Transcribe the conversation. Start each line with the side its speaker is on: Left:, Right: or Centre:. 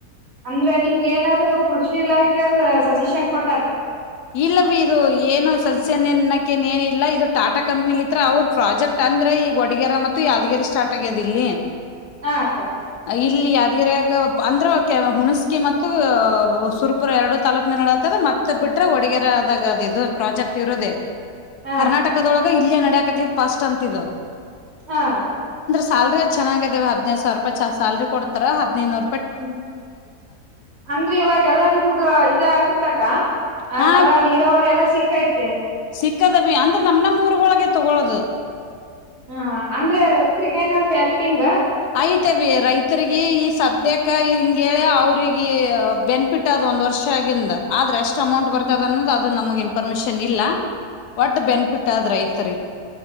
Right: ಅಂದ್ರೆ ನಿಮ್ಗ್ ಏನಾದ್ರು ಕೃಷಿ ಇಲಾಕ್ ಕೆ ಅವ್ರ್ ಸಜೆಷನ್ ಕೊ
Left: ಇಲ್ಲ ಬಿ ಇದು ಏನೋ ಸಸ್ಯನ್ನನ್ ನ್ ಏನಿಲ್ಲ ಇದು ಟಾಟಾ ಕಂಪ್ನಿಲಿ ಇತ್ರ ಅವ್ರ್ ಪ್ರಾಜೆಕ್ಟ್ ಅಂದ್ರೆ ಈಗ್ ವಡ್ಗೇರಾ ಮತ್ತು ಯಾದ್ಗಿರಿ ಸ್ಟಾರ್ಟ್ ಆಗ್ಯದ್ ಇಲ್ಲಿ.
Right: ಹಾ ಅಕ್ಕ.
Left: ಇಲ್ಲಿ ಯಾದ್ಗಿರಿಯಾಗ ಅಂದ್ರೆ ಕೆ ಹುಣಸ್ಕಿ ಮತ್ತು ಸುರ್ಪುರ ಎರಡು ತಾಲೂಕ್ನ ನಡತದ್ ಮತ್ ತ್ತೆ ಬಿಟ್ರೆ ಒಡಗ್ಯರೆ ಆದಾಗಾದ್ ಇದು ಪ್ರಾಜೆಕ್ಟ್ ಇರೋದೇ.
Right: ಹಾ
Left: ಕರ್ನಾಟಕದೊಳಗ
Right: ಅಕ್ಕ
Left: ಇಲ್ಲೆ ನಡ್ ಡ್ಯಾಕತಿದ್ ಫಸ್ಟ್ ಅಂತ್ ಇದು.
Right: ಹಾ
Left: ಸ್ಯಾಲ್ರಿ ಚೆನ್ನಾಗಿದವ ಹದ್ನೈದ್ ಸಾವ್ರ್ ರೂಪಾಯಿ ಚ ಸ್ಯಾಲ್ರಿ ಕೊಡ್ತಾರೆ ಹದ್ನೈದ್ ನೂರ್
Right: ಹ್ಮ್ ಅಂದ್ರ್ ಇವಾಗ್ ಎಲ್ಲಾ ನಿಮಗ ಇದೆ ಆಗಿತಕ್ಕ. ಆ
Left: ಹಾ
Right: ಅತರ ನೀರಾವರಿ ಎಲ್ಲಾ ಸಿಕೈತಿ.
Left: ಚಕ್ಕದ್ ಅಭಿ ಅಂದ್ರ್ ನಮ್ ನಮ್ ಊರ್ಗೊಳ್ಗೆ ತಗೊಳೋದು.
Right: ಹ ಅಂದ್ರೆ ರೈತ್ರಿಗೆ ಏನಾದ್ರು ಎಲ್ಪ್ ಪ್ಪಿಂಗ.
Left: ಆಯ್ತವಿ ರೈತ್ರಿಗಿ ಈ ಸದ್ ಇದೇಕ ಹಿಂಗ್ ಹೇಳಿ ಅವ್ರಿಗೆ ಬೆನಿಫಿಟ್ ಅದ್ ಒಂದ್ ವರ್ಷ ಆಗಿಂದ ಆದ್ರೆ ಅಷ್ಟ್ ಎಷ್ಟ್ ಅಮೌಂಟ್ ಬರ್ತದ್
Right: ಹ್ಮ್
Left: ಅನ್ನೋದ್ ಅದ್ ದ್ ನಮಗ್ ಇನ್ಫಾರ್ಮೇಶನ್ ಇಲ್ಲ. ಒಟ್ ಬೆನ್ಫಿಟ್ ಆದ್ ರೈತ್ರಿಗ್